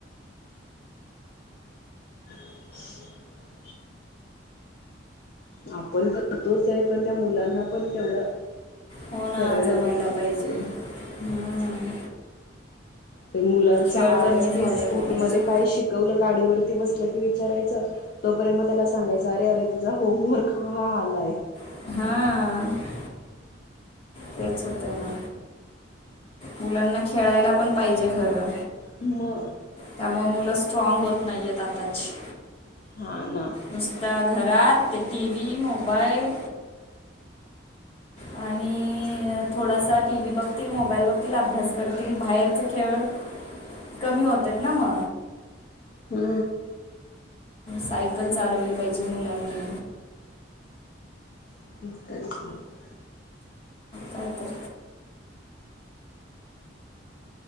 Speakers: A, on the left (about 50°); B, on the left (about 30°).
A: <inaudible> आपण करतोचय पण त्या मुलांना पण तेवढं
B: हो ना
A: करायला
B: जमायला
A: मग होते
B: पाहिजे हम्म.
A: ना ते मुलांच
B: खेळ
A: आलं
B: कमी झाले
A: की स्कूल
B: मुलांचे
A: मध्ये काय शिकवलं गाडीवरती बसलं की विचारायचं तोपर्यंत म त्याला सांगायच अरे अरे तुझा होमवर्क हा आलाय
B: हा तेच होतय ना मुलांना खेळायला पण पाहिजे खरं
A: म
B: त्यामुळ मुलं स्ट्राँग होत नाहीयेत आताची
A: हा ना
B: नुसता घरात ते टी वी मोबाईल आणि थोडासा टी व्ही बघतील मोबाईल बघतील अभ्यास करतील बाहेरच खेळ कमी होत्यात ना म
A: हू
B: सायकल चालवली पाहिजे मुलांनी
A: <unintelligible>
B: काय तर.